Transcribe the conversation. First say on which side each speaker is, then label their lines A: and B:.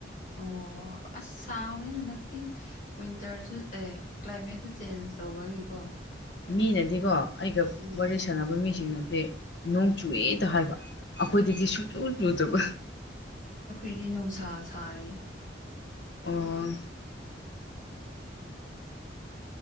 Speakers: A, on the left (about 45°); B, on the left (about 70°).
A: ꯑꯣ ꯑꯁ ꯁꯥꯕꯅꯤ ꯍꯟꯗꯛ ꯁꯤ ꯋꯤꯟꯇꯔꯁꯨ ꯑꯦ ꯀ꯭ꯂꯥꯏꯃꯦꯠꯁꯨ ꯆꯦꯟꯖ ꯇꯧꯕꯒꯤꯀꯣ
B: ꯃꯤꯅꯗꯤꯀꯣ ꯑꯩꯒ
A: ꯎꯝ
B: ꯋꯥꯔꯤ ꯁꯥꯟꯅꯕ ꯃꯤꯁꯤꯡꯅꯗꯤ ꯅꯣꯡ ꯆꯨꯑꯦꯗ ꯍꯥꯏꯕ ꯑꯩꯈꯣꯏꯗꯗꯤ ꯁꯨꯡꯆꯨ ꯆꯨꯗꯕ
A: ꯑꯩꯈꯣꯏꯗꯤ ꯅꯨꯡꯁꯥ ꯁꯥꯔꯤ
B: ꯑꯣ